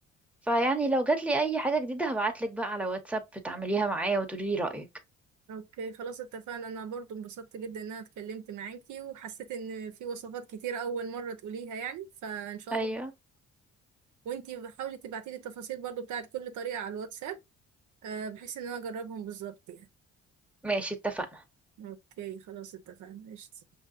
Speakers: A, in the centre; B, on the right (about 75°).
A: فيعني لو جاتلي اي حاجة جديدة هبعتلك بقى على واتساب تعمليها معايا وتقولي لي رأيك
B: اوكي خلاص اتفقنا انا برضو انبسطت جدا ان انا اتكلمت معاكي وحسيت ان في وصفات كتير اول مره تقوليها يعني فان شاء
A: ايوه
B: الله وانتي حاولي تبعتيلي التفاصيل برضو بتاعت كل طريقه على الواتساب آه بحيث ان انا اجربهم بالظبط يعني
A: ماشي اتفقنا
B: اوكي خلاص اتفقنا قشطة